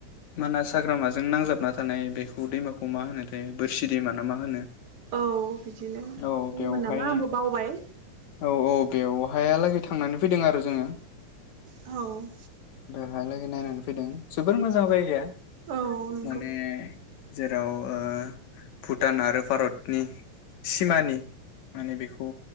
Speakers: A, on the left; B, on the right.
A: मानास हाग्रामाजों नांजाबना थानाय बेखौ दैमा मा होनोथाय बोरसि ना मा होनो?
B: औ बिदिनो बुङोमोन
A: औ बेवहाय
B: नामा आंबो बावबाय
A: औ औ बेवहायालागै थांनानै फैदों आरो जोङो
B: औ
A: बेहालागै नायनानै फैदों जोबोर मोजां जायगाया
B: औ नंगौ
A: माने जेराव ओ भुटान आरो भारतनि सिमानि माने बेखौ